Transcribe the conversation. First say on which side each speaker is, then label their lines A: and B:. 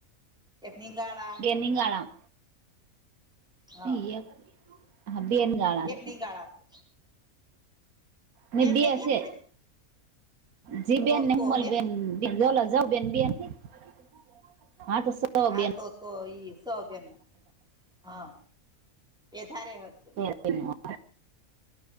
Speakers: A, in the centre; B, on the right.
A: એક નીગળા.
B: એ નિગાડા
A: હા
B: ઈય હા બેન નીગાણા
A: એક
B: હે.
A: નિંગાળા છે
B: ને બે
A: છે કે એક
B: એ
A: છે
B: જીબેન
A: તો
B: ને
A: સો
B: હીમલબેન.
A: બેન
B: જલ જઉંબેન બે થયા <inaudible> હા તો સો
A: હા
B: બેન
A: તો તો ઈ સબેનું હા એ ધારે હર સે.
B: <inaudible>